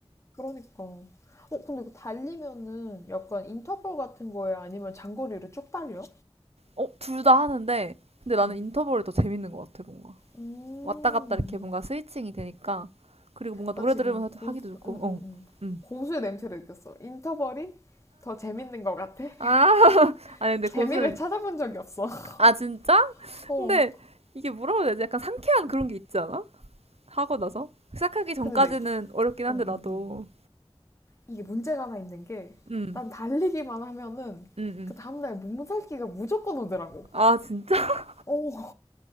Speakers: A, on the left; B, on the right.
A: 그러니까. 어, 근데 이거 달리면은 약간 인터벌 같은 거에 아니면 장거리를 쭉 달려?
B: 음음어둘 다 하는데 근데 나는
A: 응.
B: 인터벌이 더 재밌는 것 같아 뭔가
A: 음.
B: 왔다 갔다 이렇게 뭔가 스위칭이 되니까 그리고 뭔가 노래
A: 나 지금
B: 들으면서
A: 고수,
B: 하기도 좋고
A: 응, 응,
B: 어
A: 응.
B: 음.
A: 고수의 냄새를 느꼈어. 인터벌이 더 재밌는 것 같아. <laughs>
B: 아, 아니 근데
A: 재미를
B: 곳은
A: 찾아본 적이 없어. <laughs>
B: 아 진짜?
A: 어.
B: 근데 이게 뭐라고 해야 되지? 약간 상쾌한 그런 게 있지 않아? 하고 나서 시작하기 전까지는
A: 근데 내,
B: 어렵긴 한데
A: 응,
B: 나도
A: 응. 이게 문제가 하나 있는 게
B: 음,
A: 난 달리기만 하면은
B: 음, 음.
A: 그 다음날 몸살기가 무조건 오더라고.
B: 아 진짜
A: 오, 음,